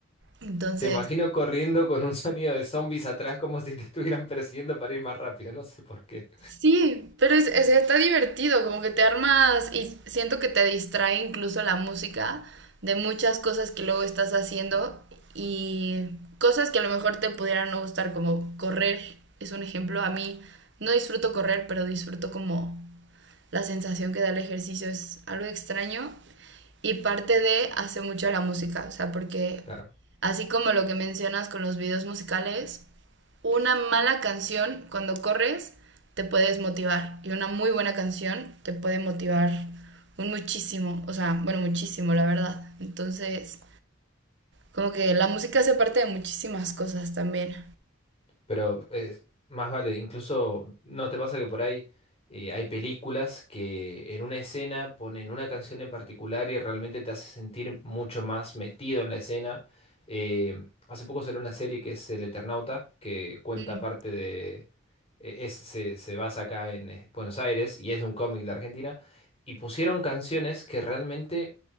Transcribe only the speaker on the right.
Entonces,
sí, pero es- es- está divertido, como que te armas y siento que te distrae incluso la música de muchas cosas que luego estás haciendo y cosas que a lo mejor te pudieran no gustar, como correr, es un ejemplo. A mí no disfruto correr, pero disfruto como la sensación que da el ejercicio es algo extraño y parte de hace mucho la música, o sea, porque
así como lo que mencionas con los videos musicales, una mala canción cuando corres te puede desmotivar y una muy buena canción te puede motivar un muchísimo, o sea, bueno, muchísimo, la verdad. Entonces, como que la música hace parte de muchísimas cosas también.
Mm,